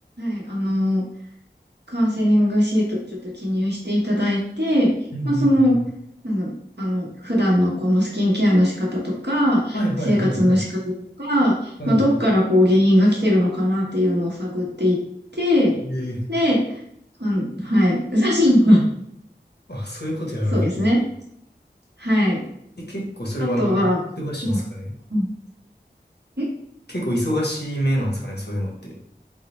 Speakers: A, on the right; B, on the left.
A: い、あの、カウンセリングシートちょっと記入していただいて、
B: うんうんうん。
A: まあ、その、なんだろう、あの、普段のこのスキンケアの仕方とか、
B: はい、はい、
A: 生活の仕方とか、
B: はい、はい。はい、
A: まあ、
B: は
A: どっからこう原因が来てるのかなっていうのを探っていって、
B: い。えー
A: で、うん、はい。写真は、
B: あ、そういうことやられてる。
A: そうですね。はい。
B: え、結構それはあの忙しいんですかね
A: あとは、うんうんえ
B: 結構忙しい目なんですかね、そういうのって。